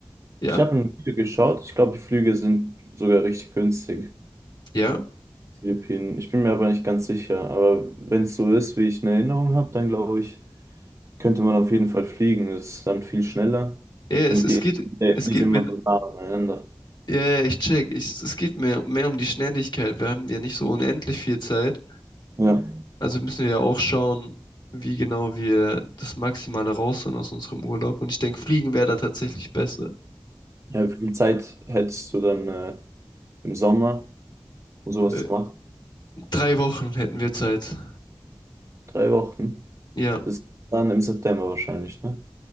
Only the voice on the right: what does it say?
ich habe ein Video geschaut. Ich glaube, die Flüge sind sogar richtig günstig.
Philippinen. Ich bin mir aber nicht ganz sicher. Aber wenn es so ist, wie ich eine Erinnerung habe, dann glaube ich, könnte man auf jeden Fall fliegen. Das ist dann viel schneller
und
die
sind
nicht
immer
so nah aneinander.
Ja.
Ja, wie viel Zeit hättest du dann äh, im Sommer, um sowas
zu machen?
Drei Wochen?
Das ist dann im September wahrscheinlich, ne?